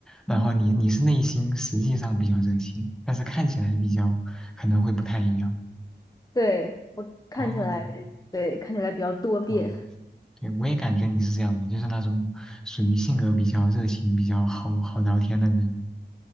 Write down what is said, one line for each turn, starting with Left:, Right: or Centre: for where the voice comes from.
Centre: 然后你你是内心实际上比较热情，但是看起来比较可能会不太一样。
Left: 对，我看起来对看起来比较多变。
Centre: 哦，嗯，对，我也感觉你是这样的，就是那种属于性格比较热情、比较好好聊天的人，